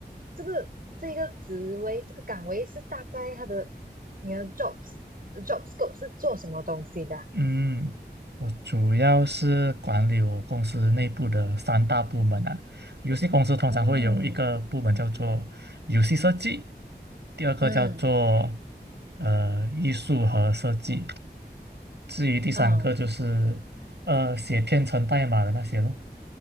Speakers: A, on the right (about 55°); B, on the right (about 80°).
A: 这个这个职位这个岗位是大概它的你的 jobs job scope 是做什么东西的啊
B: 嗯，我主要是管理我公司内部的三大部门啊。游戏公司通常会有一个部门叫做游戏设计，
A: 嗯
B: 第二个叫做
A: 嗯
B: 呃艺术和设计，至于第三个就是呃写编程代码的那些咯。
A: 嗯，